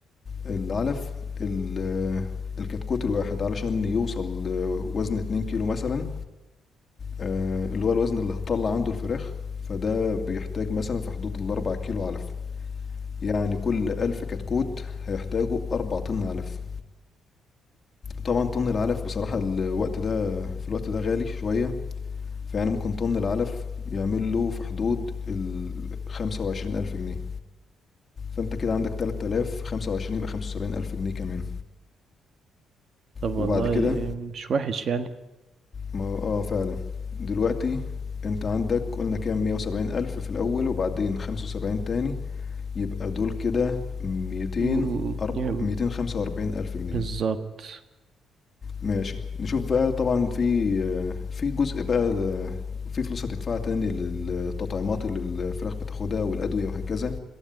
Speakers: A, on the left; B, on the right.
A: العلف ال- الكتكوت الواحد علشان يوصل لوزن 2 كيلو مثلا آه، اللي هو الوزن اللي هتطلع عنده الفراخ فده بيحتاج مثلا في حدود الأربع كيلو علف يعني كل ألف كتكوت هيحتاجوا أربع طن علف طبعا طن العلف بصراحة الوقت ده في الوقت ده غالي شوية فيعني ممكن طن العلف يعمل له في حدود ال 25000 جنيه فأنت كده عندك 3000 25 يبقى 75000 جنيه كمان
B: طب والله
A: وبعد كده
B: مش وحش يعني
A: ما اه فعلا دلوقتي انت عندك قلنا كام مية وسبعين ألف في الأول وبعدين خمسة وسبعين تاني يبقى دول كده ميتين
B: م-
A: أرب
B: يعني
A: ميتين خمسة وأربعين ألف جنيه
B: بالظبط
A: ماشي نشوف بقى طبعا في آه، في جزء بقى آه، في فلوس هتدفعها تاني للتطعيمات اللي الفراخ بتاخدها والأدوية وهكذا